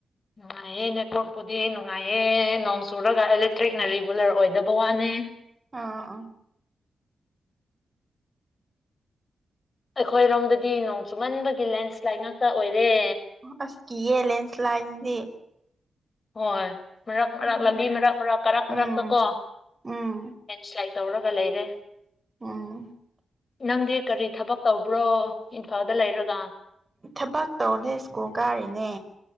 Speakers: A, on the left; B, on the right.
A: ꯅꯨꯡꯉꯥꯏꯌꯦ ꯅꯦꯠꯋꯔꯥꯛꯄꯨꯗꯤ ꯅꯨꯡꯉꯥꯏꯌꯦ ꯅꯣꯡ ꯆꯨꯔꯒ ꯏꯂꯦꯛꯇ꯭ꯔꯤꯛꯅ ꯔꯤꯒꯨꯂꯔ ꯑꯣꯏꯗꯕ ꯋꯥꯅꯦ
B: ꯑꯥ ꯑ
A: ꯑꯩꯈꯣꯏꯔꯣꯝꯗꯗꯤ ꯅꯣꯡ ꯆꯨꯃꯟꯕꯒꯤ ꯂꯦꯟꯁ꯭ꯂꯥꯏꯠ ꯉꯥꯛꯇ ꯑꯣꯏꯔꯦ
B: ꯑꯁ ꯀꯑꯦ ꯂꯦꯟꯁ ꯂꯥꯛꯗꯤ
A: ꯍꯣꯏ ꯃꯔꯛ ꯃꯔꯛ
B: ꯎꯝ
A: ꯂꯝꯕꯤ ꯃꯔꯛ ꯃꯔꯛ ꯀꯔꯛ
B: ꯎꯝ
A: ꯀꯔꯛꯇ ꯀꯣ
B: ꯎꯝ
A: ꯁ꯭ꯂꯥꯏ ꯇꯧꯔꯒ ꯂꯩꯔꯦ
B: ꯎꯝ
A: ꯅꯪꯗꯤ ꯀꯔꯤ ꯊꯕꯛ ꯇꯧꯕ ꯭ꯔꯣ ꯏꯝꯐꯥꯜꯗ ꯂꯩꯔꯒ
B: ꯊꯕꯛ ꯇꯧꯅꯦ ꯁ꯭ꯀꯨꯜ ꯒꯥꯔꯤꯅꯦ